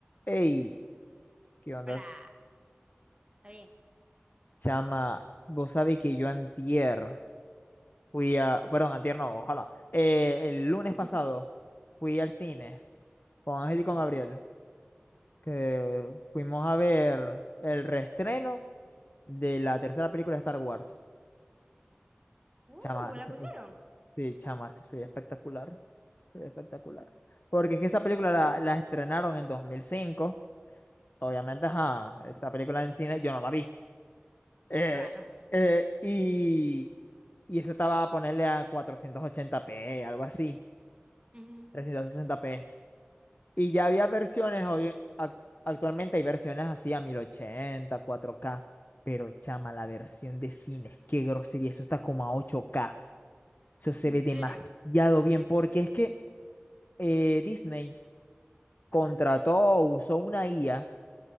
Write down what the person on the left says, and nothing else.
Ey, ¿qué onda,
chama? Vos sabés que yo antier fui a... Perdón, antier no, ojalá. Eh, el lunes
pasado fui al cine con Ángel y con
Gabriel, que fuimos a ver el reestreno de la tercera película de Star Wars.
Chama, eso
es... Sí, chama, eso sería espectacular. Sería espectacular. Porque es que esa película
la, la estrenaron en 2005. Obviamente, ajá, esa película en cine yo no la vi. Eh,
eh, y, y eso estaba a ponerle a cuatrocientos ochenta p algo así,
trescientos sesenta p Y ya había versiones, obvio- ac- actualmente hay versiones así a mil ochenta cuatro k pero chama, la versión de cines, qué grosería, eso está como a ocho k Eso se
ve
demasiado bien, porque es que eh, Disney contrató
o usó una IA